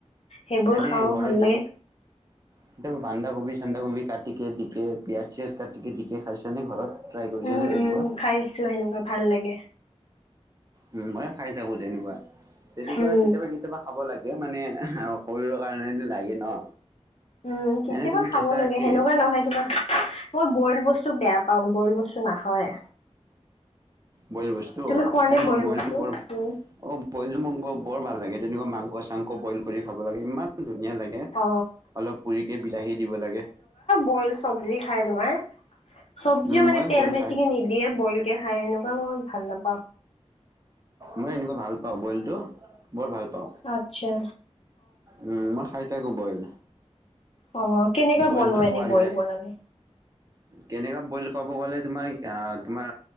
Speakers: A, on the left; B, on the right.
A: সেইবোৰ
B: এনে
A: খাও
B: ঘৰত
A: ভাল লাগে।
B: কেতিয়াবা বানধাকবি চান্দাকবি কাটিকে দিকে পিয়াজ চিয়াজ কাটিকে দিকে খাইছা নে ঘৰত। ট্ৰাই কৰিছে
A: উম,
B: নাই
A: উম,
B: তেনেকুৱা?
A: খাইছো সেনেকুৱা ভাল লাগে।
B: উম মই খাই থাকো তেনেকুৱা- তেনেকুৱা
A: উম,
B: কেতিয়াবা-কেতিয়াবা খাব লাগে মানে শৰীৰৰ কাৰণেটো লাগে ন।
A: উম, কেতিয়াবা
B: এনে তুমি
A: খাব
B: কেঁচা
A: লাগে সেনেকুৱা নহয় তোমাৰ মই বইল বস্তু বেয়া পাওঁ, বইল বস্তু নাখাওৱে।
B: বইল বস্তু
A: তুমি খোৱা নে
B: এ মই
A: বইল
B: বইলটো
A: বস্তু?
B: বৰ
A: উম।
B: অ' বইলটো ম বৰ ভাল লাগে যেনেকুৱা মাংস মাংস বইল কৰি খাব লাগে ইমান ধুনীয়া লাগে
A: অ
B: অলপ পুৰিকে বিলাহী দিব লাগে।
A: কল চব্জি খায় তোমাৰ? চব্জিও
B: উম
A: মানে
B: মই
A: তেল
B: বইল
A: বেছিকে
B: খাই
A: নিদিয়ে বইল কে খাই সেনেকুৱা মই ভাল নাপাওঁ।
B: মই এনেকুৱা ভাল পাওঁ বইলটো। বৰ ভাল পাওঁ
A: আত্ছা।
B: উম মই খাই থাকো বইল।
A: অ', কেনেকা
B: বইলটো
A: বনোৱা
B: খোৱা
A: এনেই বইল
B: যায়
A: বনালে।
B: কেনেকা বইল কৰিব গলে তোমাৰ তোমাৰ